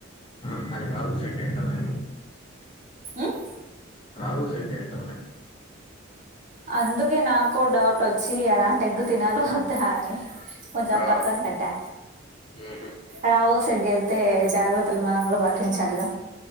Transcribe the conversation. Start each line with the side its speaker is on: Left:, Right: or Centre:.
Left: ఆ అది రాహు సెడైంటాదే
Right: ఉహ్
Left: కావుసైటే ఇటావా
Right: అందుకే నాకు డౌట్ వచ్చి ఎలాంటి ఎగ్గు తినలో వద్దా అని కొంచెం
Left: ఆ
Right: పక్కన పెట్టా
Left: ఉహు
Right: రావ సగగే అయితే జాగ్రత్తలు మనం కూడా పాటించాలిగా